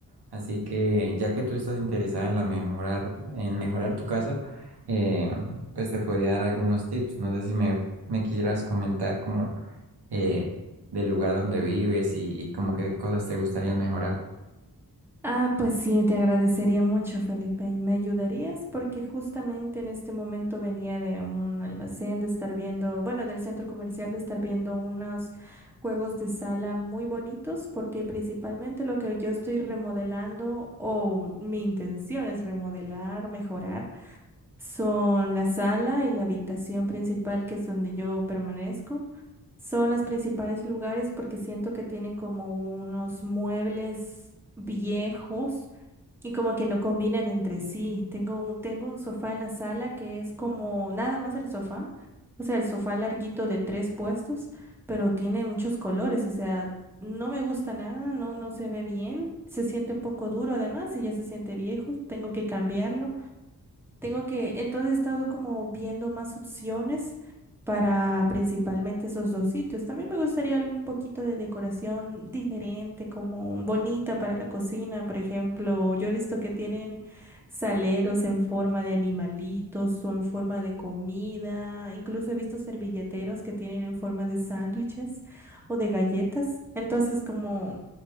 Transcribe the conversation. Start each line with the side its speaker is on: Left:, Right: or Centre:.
Right: Así que ya que tú estás interesada en la mejorar, en mejorar tu casa, eh, pues te podría dar algunos tips. No sé si me, me quisieras comentar como eh, del lugar donde vives y, y como qué cosas te gustaría mejorar.
Centre: Ah, pues sí, te agradecería mucho, Felipe. ¿Y ¿Me ayudarías? Porque justamente en este momento venía de un almacén de estar viendo, bueno, del centro comercial de estar viendo unos juegos de sala muy bonitos, porque principalmente lo que yo estoy remodelando o mi intención es remodelar, mejorar, son la sala y la habitación principal, que es donde yo permanezco. Son los principales lugares porque siento que tienen como unos muebles viejos y como que no combinan entre sí. Tengo un, tengo un sofá en la sala que es como nada más el sofá. O sea, el sofá larguito de tres puestos, pero tiene muchos colores. O sea, no me gusta nada, no, no se ve bien. Se siente un poco duro además y ya se siente viejo. Tengo que cambiarlo. Tengo que, entonces he estado como viendo más opciones para principalmente esos dos sitios. También me gustaría algún poquito de decoración diferente, como bonita para la cocina, por ejemplo. Yo he visto que tienen saleros en forma de animalitos o en forma de comida. Incluso he visto servilleteros que tienen en forma de sándwiches o de galletas. Entonces, como